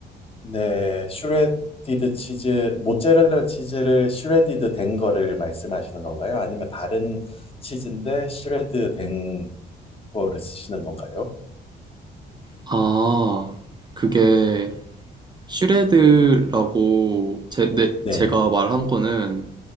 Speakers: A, on the left (about 30°); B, on the right (about 20°).
A: 네, 슈레디드 치즈, 모짜렐라 치즈를 슈레디드 된 거를 말씀하시는 건가요? 아니면 다른 치즈인데 슈레드 된 거를 쓰시는 건가요?
B: 아, 그게 슈레드라고 제, 네,
A: 네,
B: 제가 말한 거는